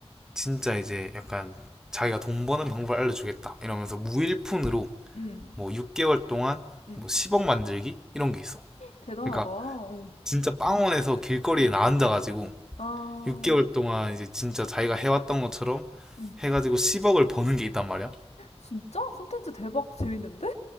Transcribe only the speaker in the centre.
진짜 이제 약간 자기가 돈 버는 방법을 알려주겠다 이러면서 무일푼으로
뭐 6개월 동안
뭐 10억 만들기 이런 게 있어.
그러니까
진짜 빵원에서 길거리에 나 앉아가지고
6개월 동안 이제 진짜 자기가 해왔던 것처럼
해가지고 10억을 버는 게 있단 말이야.